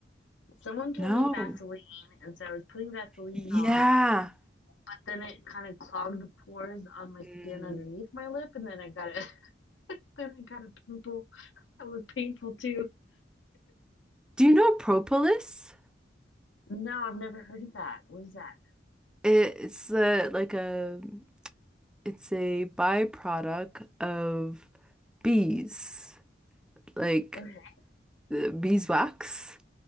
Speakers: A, on the left; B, in the centre.
A: someone told
B: No.
A: me vaseline and so i was putting vaseline
B: Yeah.
A: on but then it kind of clogged the pores on my
B: Mm.
A: skin underneath my lip and then i got a <laughs> then i got a pimple that was painful too
B: Do you know propolis?
A: No, I've never heard of that. What is that?
B: It's uh, like a it's a byproduct of bees, like
A: Okay.
B: the beeswax.